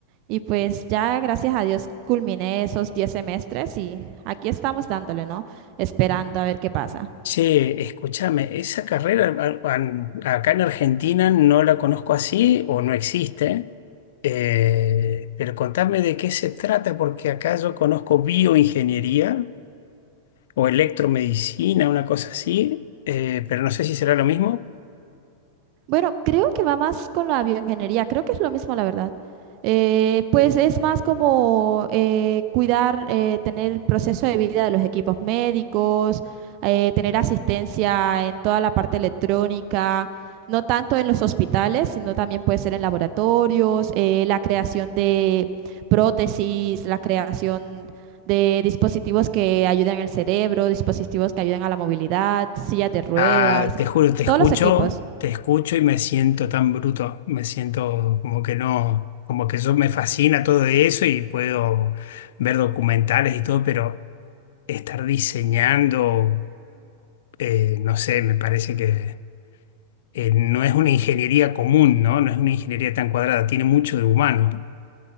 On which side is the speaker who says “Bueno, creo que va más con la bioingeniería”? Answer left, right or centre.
Right